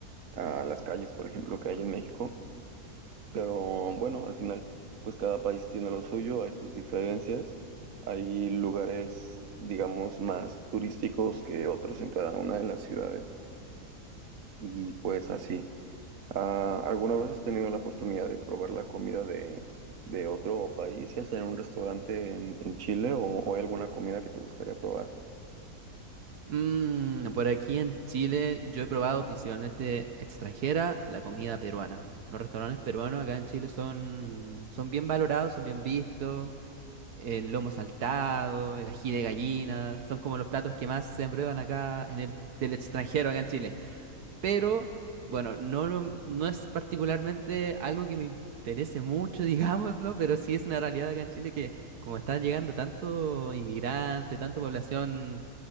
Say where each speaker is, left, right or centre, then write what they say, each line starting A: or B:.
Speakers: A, on the right; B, on the right.
A: a las calles, por ejemplo, que hay en México. Pero bueno, al final, pues cada país tiene lo suyo, hay sus diferencias, hay lugares, digamos, más turísticos que otros en cada una de las ciudades y pues así. Ah, ¿alguna vez has tenido la oportunidad de probar la comida de, de otro país, ya sea en un restaurante en, en Chile o, o hay alguna comida que te gustaría probar?
B: Mm, por aquí en Chile yo he probado principalmente extranjera la comida peruana. Los restaurantes peruanos acá en Chile son, son bien valorados, son bien vistos. El lomo saltado, el ají de gallina, son como los platos que más se aprueban acá en el, del extranjero acá en Chile. Pero bueno, no, lo- no es particularmente algo que me interese mucho, <laughs> digámoslo, pero sí es una realidad acá en Chile que como está llegando tanto inmigrante, tanta población